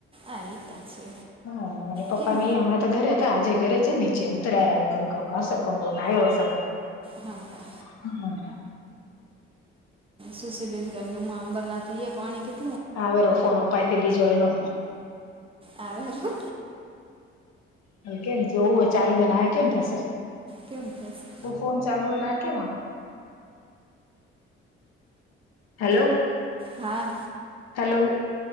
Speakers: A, on the right (about 20°); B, on the left (about 65°).
A: આ એ તો છે
B: હા અને પપ્પાને
A: કેમ
B: એ હમણાં તો ઘરે તા આજે ઘરે છે નીચે ઉતરાયા ફોન બોન આયો હશે તો
A: હા હા.
B: <inaudible>
A: સુસીબેન ઘરનામાં ઉંબરના ઇએ પાણી કેટ
B: આવેરો ફોન ઉપારથી બીજો એનો
A: આવે રો
B: હ કેમ જોવું હોય ચાલુ હેને આએ કેમ થશે.
A: કેમ થશે.
B: તો ફોન ચાલુ હોય આ કેમ આવે. હેલો.
A: હા.
B: હેલો.